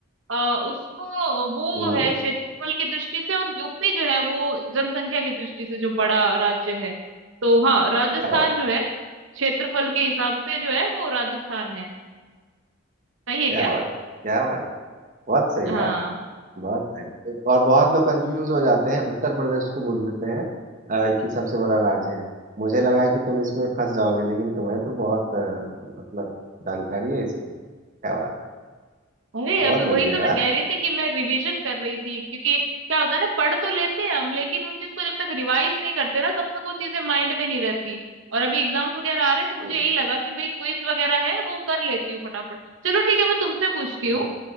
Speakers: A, on the right (about 70°); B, on the right (about 40°).
A: अ, उसको वो
B: हम्म
A: है क्षेत्रफल की दृष्टि से और यूपी जो है वो जनसंख्या की दृष्टि से जो बड़ा राज्य है तो हाँ राजस्थान
B: क्या बात
A: जो है क्षेत्रफल के हिसाब से जो है वो राजस्थान है सही है
B: क्या
A: क्या
B: बात क्या बात बहुत सही
A: हाँ
B: है। बहुत सही और बहुत लोग कंफ्यूज हो जाते हैं उत्तर प्रदेश को बोल देते हैं अ, कि सबसे बड़ा राज्य है मुझे लगा कि तुम इसमें फंस जाओगे लेकिन तुम्हें तो बहुत अ, मतलब जानकारी है इसमें क्या बात
A: अरे
B: बहुत
A: अभी
B: बढ़िया
A: वही तो
B: यार
A: मैं कह रही थी कि मैं रिवीजन कर रही थी क्योंकि क्या होता है ना पढ़ तो लेते हैं हम लेकिन उन चीज को जब तक रिवाइज नहीं करते ना तब तक वो चीजें माइंड में नहीं रहती और अभी एग्जाम्स वगैरह आ रहे हैं तो मुझे
B: तो,
A: यही लगा कि भाई क्विज वगैरह है वो कर लेती हूँ फटाफट चलो ठीक है मैं तुमसे पूछती
B: अ,
A: हूँ